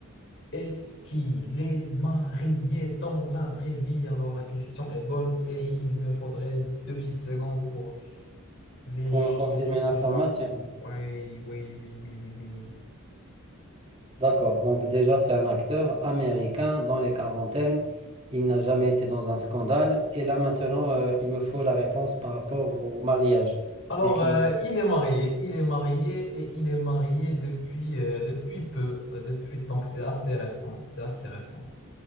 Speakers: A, on the left; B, on the right.
A: Est-ce qu'il est marié dans la vraie vie? Alors la question est bonne et il me faudrait deux petites secondes pour vérifier
B: Pour me confirmer
A: cela.
B: l'information.
A: Oui, oui, oui, oui, oui, oui, oui.
B: D'accord. Donc, déjà, c'est un acteur américain dans les quarantaines. Il n'a jamais été dans un scandale. Et là, maintenant, euh, il me faut la réponse par rapport au mariage.
A: Alors,
B: Est-ce qu'il...
A: euh, il est marié, il est marié et il est marié depuis, euh, depuis peu, euh, depuis, donc c'est assez récent, c'est assez récent.